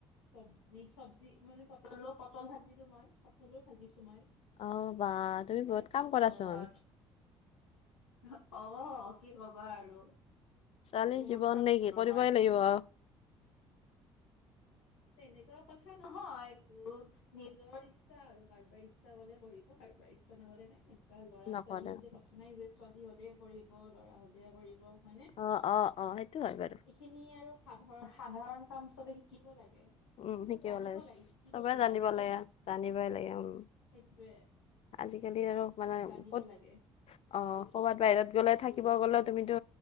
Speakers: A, on the left; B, on the left.
A: চবজি চবজি মানে পটলো পটল ভাজিলো মই পটলো মইয়
B: অ বা তুমি
A: তাৰপিছত
B: বহুত কাম কৰাচোন
A: অ' কি কবা আৰু।
B: ছোৱালী
A: বহুত
B: জীৱন
A: কাম
B: নেকি
A: কৰো
B: কৰিবই
A: মই
B: লাগিব।
A: তেনেকুৱা কথা নহয় এইটো নিজৰ ইচ্ছা আৰু কাৰোবাৰ ইচ্ছা গলে কৰিব কাৰোবাৰ ইচ্ছা নগলে নাই। ল'ৰা
B: নকৰে
A: ছোৱালী বুলিো কথা নাই যে ছোৱালী হলে কৰিব ল'ৰা হলে কৰিব হয় ন
B: অ অ অ সেইটো হয় বাৰু
A: এইখিনি আৰু সাধাৰ সাধাৰণ কাম চবে শিকিব লাগে।
B: উম, শিকিব
A: জানিব
B: লাগে
A: শিকিব
B: চবে
A: কি
B: জানিব
A: জানিবই
B: লাগে জানিবই লাগে উম,।
A: সেইটোৱে
B: আজিকালি আৰু মানে
A: জানিব
B: ক'ত
A: লাগে
B: অ ক'বাত বাহিৰত গ'লে থাকিব গ'লেও তুমি টো